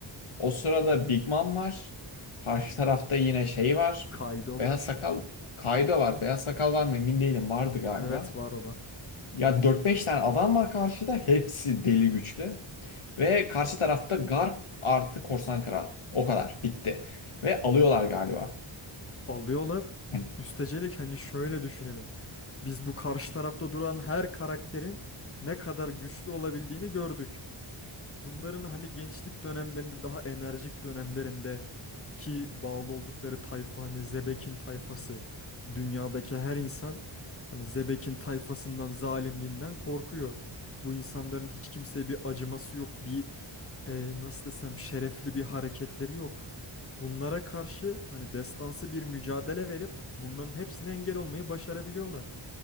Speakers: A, on the left; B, on the left.
A: O sırada Big Mom var. Karşı tarafta yine şey var.
B: Kaido
A: Beyaz
B: var.
A: sakal Kaido var. Beyaz sakal var mı emin değilim. Vardı galiba.
B: Evet var o da.
A: Ya dört beş tane adam var karşıda. Hepsi deli güçlü. Ve karşı tarafta Garp artı Korsan Kral. O kadar. Bitti. Ve alıyorlar galiba.
B: Alıyorlar.
A: Yani,
B: Üstecelik hani şöyle düşünelim. Biz bu karşı tarafta duran her karakterin ne kadar güçlü olabildiğini gördük. Bunların hani gençlik dönemlerinde daha enerjik dönemlerinde ki bağlı oldukları tayfa hani Zebek'in tayfası. Dünyadaki her insan hani Zebek'in tayfasından, zalimliğinden korkuyor. Bu insanların hiç kimseye bir acıması yok, bir e, nasıl desem şerefli bir hareketleri yok. Bunlara karşı hani destansı bir mücadele verip bunların hepsine engel olmayı başarabiliyorlar.